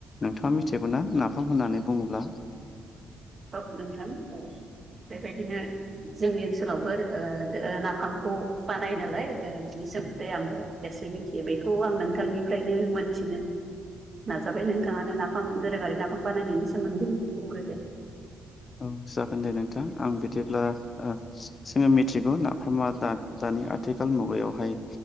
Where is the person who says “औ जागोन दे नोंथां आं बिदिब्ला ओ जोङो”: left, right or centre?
Left